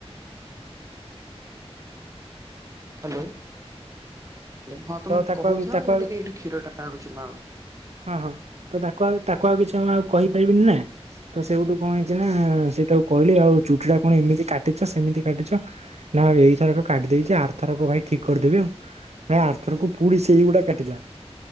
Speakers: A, on the right (about 30°); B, on the right (about 80°).
A: ହ୍ୟାଲୋ ହଁ ତମେ
B: ତ ତାକୁ
A: କହୁଥାଅ
B: ଆଉ ତାକୁ
A: ମୁଁ
B: ଆଉ
A: ଟିକେ ଏଇଠି କ୍ଷୀର ଟା ଆଣୁଛି ମା
B: ହଁ ହଁ ତ ତାକୁ ଆଉ ତାକୁ ଆଉ କିଛି ମୁଁ ଆଉ କହିପାରିବିନି ନା।
A: ହୁଁ
B: ତ ସେଉଠୁ କଣ ହେଇଛି ନା ସିଏ ତାକୁ କହିଲି ଆଉ ଚୁଟିଟା କଣ ଏମିତି କାଟିଛ ସେମିତି କାଟିଛ ନା ଏଇଥରକ କାଟ୍ ଦେଇଛି ଆରଥରକ ଭାଇ ଠିକ କରିଦେବି ଆଉ। ନା ଆରଥରକୁ ପୁଣି ସେଇଗୁଡା କାଟିଲା